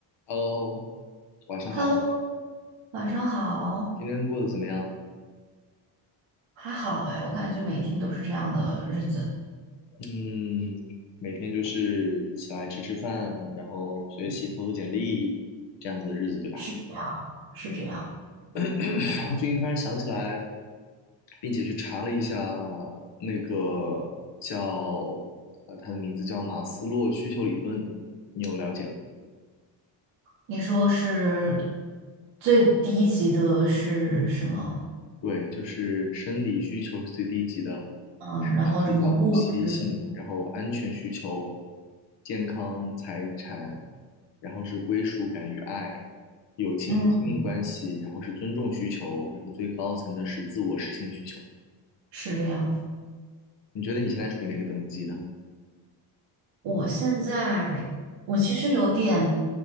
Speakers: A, on the left; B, on the right.
A: Hello，晚上好，
B: Hello，晚上好，
A: 今天过得怎么样？
B: 还好哎，我感觉每天都是这样的日子，
A: 嗯，每天就是起来吃吃饭，然后学习、投投简历，这样子的日子，对吧？
B: 是这样，是这样。
A: <coughs> <clears throat> 我最近突然想起来，并且去查了一下那个叫呃，它的名字叫马斯洛需求理论，你有了解吗？
B: 你说是最低级的是什么？
A: 对，就是生理需求是最低级的，
B: 嗯，
A: 吃饭、
B: 然后什么物质？
A: 睡觉、呼吸、性，然后安全需求、健康、财产，然后是归属感与爱、友情、
B: 嗯，
A: 亲密关系，然后是尊重需求，然后最高层的是自我实现需求。
B: 是这样。
A: 你觉得你现在处于哪个等级呢？
B: 我现在我其实有点